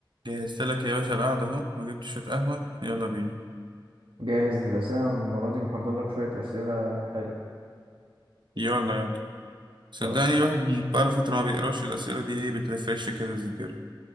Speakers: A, on the right; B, on the right.
A: جهزت لك يا باشا القعدة أهو وجبت شوية قهوة يلا بينا
B: جاهز للأسئلة المرة دي محضر لك شوية أسئلة حلو
A: يلا يلا صدقني
B: طيب
A: الواحد بقاله فترة ما بيقراش الأسئلة دي إيه بترفرش كده الذاكرة